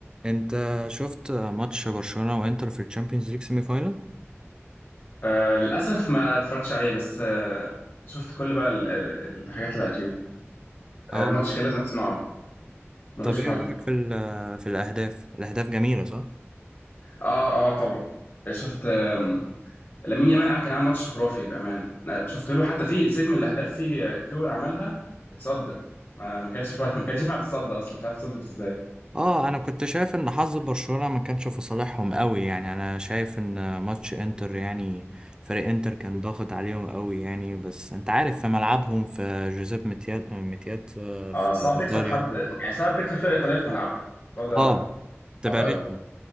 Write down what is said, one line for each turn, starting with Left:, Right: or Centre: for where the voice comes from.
Right: انت شفت ماتش برشلونة وانتر في الشامبيونز ليج سيمي فاينل
Left: آه للأسف ما اتفرجتش عليه بس آه شفت كل بقى ال- ال- الحاجات اللي على اليوتيوب
Right: اه
Left: آه ماتش كان لازم اسمعه ملوش
Right: طب
Left: حل
Right: ايه رايك في ال- في الاهداف الاهداف جميلة صح
Left: اه اه طبعا شفت آم، لامين يامال عمل- كان عامل ماتش خرافي بأمانة أنا شفت له حتى في سيك من الأهداف في كور عملها اتصدت ما ما كانش فا... <laughs> ما كانش ينفع تتصدى أصلا مش عارف اتصدت ازاي
Right: اه انا كنت شايف ان حظ برشلونة ما كانش في صالحهم قوي يعني انا شايف ان ماتش انتر يعني فريق انتر كان ضاغط عليهم قوي يعني بس انت عارف في ملعبهم في جوزيب ميتيات ميتيات آه، في
Left: اه صعب تكسب
Right: ايطاليا
Left: حد يعني صعب تكسب فرقة إيطالية في ملعبها الموضوع
Right: اه
Left: ده
Right: تبقى
Left: صعب قوي
Right: رخمة